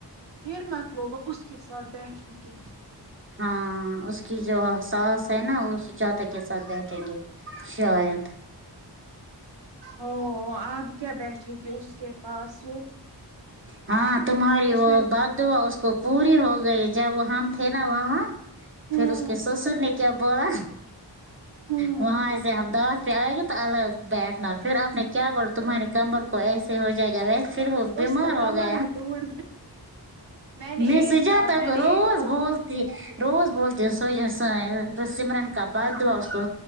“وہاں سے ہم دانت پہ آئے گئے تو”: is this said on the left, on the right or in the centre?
Right